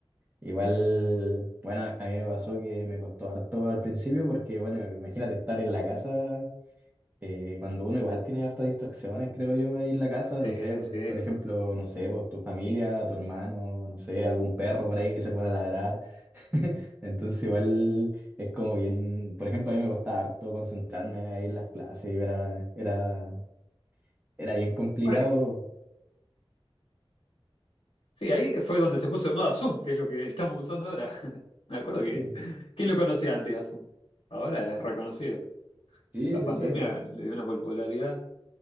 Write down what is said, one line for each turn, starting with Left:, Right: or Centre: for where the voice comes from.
Right: Igual, bueno, a mí me pasó que me costó harto al principio porque, bueno, imagínate estar en la casa, eh, cuando uno igual tiene hartas distracciones, creo yo, ahí en la casa,
Left: Sí,
Right: no sé, por,
Left: sí.
Right: por ejemplo, no sé, pues, tu familia, tu hermano, no sé, algún perro por ahí que se pone a ladrar. <laughs> Entonces igual es como bien, por ejemplo, a mí me costaba harto concentrarme ahí en las clases, era, era, era bien complicado.
Left: Bueno, ahí- sí, ahí fue donde se puso de moda Zoom, que es lo que <laughs> estamos usando ahora. <laughs> Me acuerdo que,
Right: Sí,
Left: ¿quién lo conocía antes a Zoom? Ahora es reconocido.
Right: sí,
Left: La
Right: sí.
Left: pandemia
Right: Sí,
Left: le dio una popularidad.